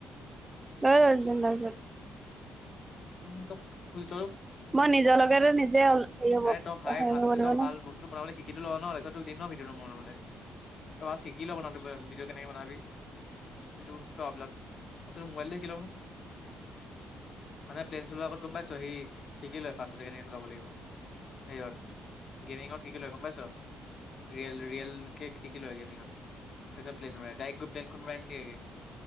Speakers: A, on the right; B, on the left.
A: নাই ৰাজন লছে।
B: উম, খুজ
A: মই নিজৰ লগে নিজে হেৰি হব
B: আৰে তই ভাই
A: হেৰি
B: ভাজ
A: হব
B: তই
A: লাগিব ন
B: বস্তুটো বনাবে শিক। শিকিটো লওঁ ন তাৰিতোৰ দি ন ভিডিঅ'টো ম বনাব তই শিকি ল' বনা ত ভিডিঅ' কেনেকৈ বনাবি। যিটো প লপ ফাৰ মোবাইল দেখিলখোন। মানে প্লেইন চলোৱাৰ আগত গম পাইছ সি শিকি লয় ফাৰ্ষটতে কেনেকে চলাব লাগিব। সেৰিয়ত গেমিঙত শিক লে গ'ম পাইছ। ৰিয়েল ৰিয়েল কে শিকি লয় গেমিঙত। তেচ প্লেন উৰাই ডাইক্ গৈ প্লেনখন ৰাই দি গে।